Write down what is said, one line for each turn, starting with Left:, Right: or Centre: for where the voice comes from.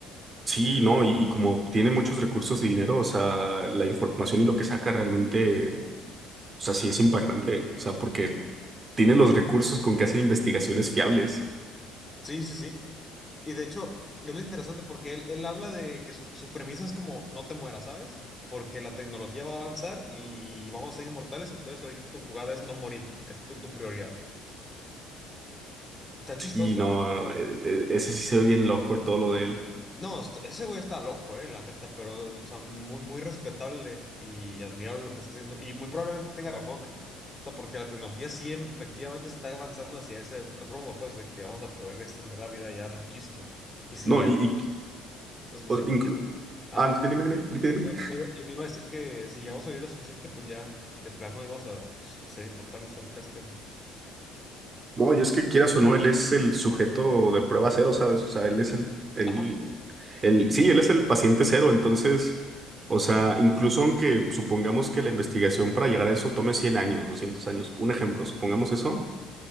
Right: Sí, no, y, y como tiene muchos recursos y dinero, o sea, la información y lo que saca realmente, o sea, sí es impactante, o sea, porque tiene los recursos con que hacer investigaciones fiables.
Left: Sí, sí, sí. Y de hecho, es lo interesante porque él, él habla de que su, su premisa es como no te mueras, ¿sabes? Porque la tecnología va a avanzar y vamos a ser inmortales, entonces ahorita tu jugada es no morir, es tu, tu prioridad. Está chistoso,
Right: Sí, no,
Left: ¿eh?
Right: e- e- ese sí se ve bien loco todo lo de él.
Left: No, est- ese güey está loco, eh, la neta, pero, o sea, muy, muy respetable y admirable lo que está haciendo. Y muy probablemente tenga razón, eh. O sea, porque la tecnología sí efectivamente está avanzando hacia ese rumbo, pues, de que vamos a poder extender la vida ya muchísimo. Y si
Right: No,
Left: llegamos
Right: y, y,
Left: a lo suficiente.
Right: o- inclu-
Left: Ah,
Right: Ah, dime, dime, dime, dime, dime.
Left: no, no iba, iba a decir que si llegamos a vivir lo suficiente, pues ya de plano íbamos a pues, ser inmortales, tal, casi, casi.
Right: No, y es que quieras o no, él es el sujeto de prueba cero, ¿sabes? O sea, él es el, el,
Left: Ajá,
Right: el,
Left: lo que
Right: sí, él es el paciente cero, entonces, o sea, incluso aunque supongamos que la investigación para llegar a eso tome 100 años, 200 años, un ejemplo, supongamos eso,